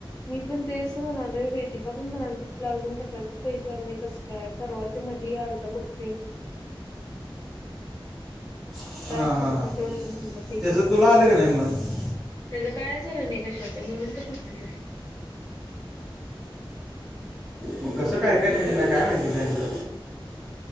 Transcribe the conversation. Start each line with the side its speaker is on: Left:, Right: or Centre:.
Left: मी पण तेच म्हणाले. वेदिका पण म्हणालती ती तुला अजून कशाचेच पैसे आले कसं कायं परवा ते कधी आलत बघ ते <inaudible>
Centre: हां
Left: टास्क
Centre: हां
Left: छोटे-छोटे
Centre: हां
Left: होते म्हटले होते
Centre: त्याचं
Left: कि
Centre: तुला आलं की नाही मग
Left: त्याचं काय झालं न कशाच म्हणून तर म्हणाले.
Centre: मग कसं काय काय नियोजना काय माहिती त्यांचं?